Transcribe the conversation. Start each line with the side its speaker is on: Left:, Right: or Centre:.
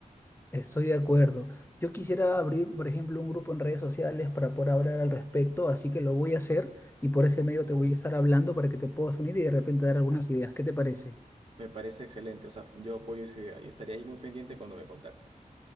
Left: Estoy de acuerdo. Yo quisiera abrir, por ejemplo, un grupo en redes sociales para poder hablar al respecto, así que lo voy a hacer y por ese medio
Right: Bueno,
Left: te voy a estar hablando para que te puedas unir y de repente dar algunas ideas. ¿Qué te parece?
Right: Me parece excelente, o sea, yo apoyo esa idea y estaré ahí muy pendiente cuando me contactes.